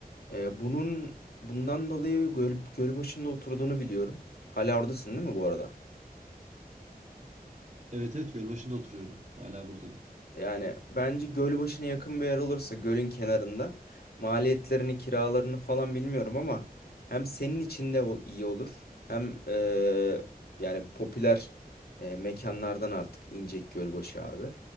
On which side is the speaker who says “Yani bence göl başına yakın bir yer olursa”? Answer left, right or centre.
Left